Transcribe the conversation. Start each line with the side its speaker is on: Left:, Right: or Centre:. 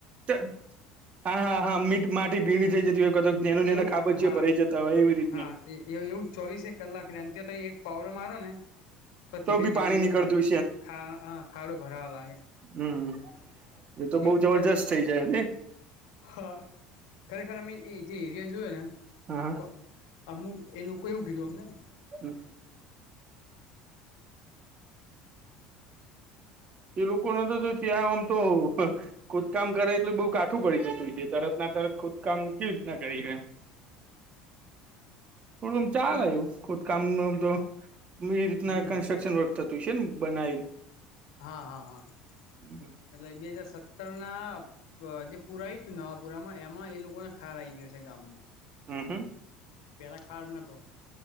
Right: હા હા હા મીટ માટી ભીડી થઈ જતી હોય ક નેનું
Left: એવું
Right: ને ખાબચી
Left: હા
Right: ભરાઈ જત. તવા ઈવી રી.
Left: હા એ એવું ચોવીસેક કલાક રે ત્યા ત એક પાવડો મારો ને. તો ધીમે
Right: બી
Left: ધીમે
Right: પાણી
Left: ધીમે
Right: નીકળતું
Left: ખાડો ખા હા ખાડો ભરાવા લાગે.
Right: હમ્મ એતો બઉ
Left: એક
Right: જબરજસ્ત
Left: મીટર
Right: થઇ જાયને.
Left: હા ખરેખર અમે એ જે એરિયા જોયો ને
Right: હા હા
Left: તો. અમુક એ લોકો એવું કીધું અમને.
Right: હમ. એ લોકોને તો ત્યાં આમ તો હો. ખોદકામ કરે એટલે બઉુ કાઠું પડી જતું છે, તરત ના તરત ખોદકામ કેવી રીતના કરી હકાય એમ.
Left: <inaudible>
Right: થોડું આમ ચાલ
Left: અંદર
Right: આવું ખુદકામ નમ તો એ રીતના
Left: હમ
Right: કન્સ્ટ્રક્શન વર્ક. તથતશન બનાયું.
Left: હા હા હા.
Right: હમ.
Left: એટલે બે હજાર સત્તરના. જે પુરાય હતું નવાપુરામાં એમાં એ લોકોને ખાર આઈ ગયો છે ગામમાં.
Right: હમ હમ.
Left: પેલા ખાડ નતો.